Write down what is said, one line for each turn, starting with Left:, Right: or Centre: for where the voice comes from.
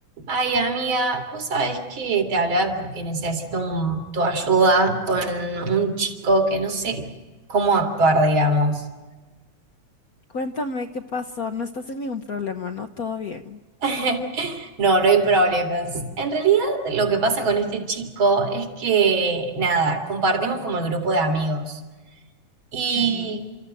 Right: Ay, amiga, vos sabés que te hablaba porque necesito un- tu ayuda con un chico que no sé cómo actuar, digamos.
Left: Cuéntame qué pasó. No estás en ningún problema, ¿no? Todo bien.
Right: <laughs> No, no hay problemas. En realidad, lo que pasa con este chico es que, nada, compartimos como el grupo de amigos. Y
Left: Ujú,